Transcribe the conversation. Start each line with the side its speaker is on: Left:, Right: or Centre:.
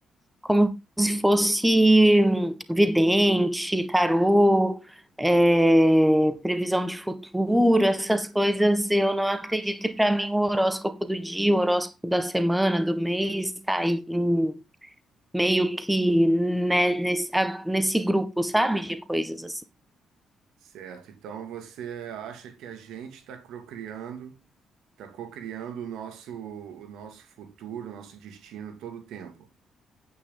Centre: como se fosse hum, vidente, tarô, é, previsão de futuro, essas coisas eu não acredito. E para mim, o horóscopo do dia, o horóscopo da semana, do mês, está aí em- meio que né, nesse, a- nesse grupo, sabe, de coisas assim.
Right: Certo. Então, você acha que a gente está procriando. Está cocriando o nosso, o nosso futuro, o nosso destino todo o tempo,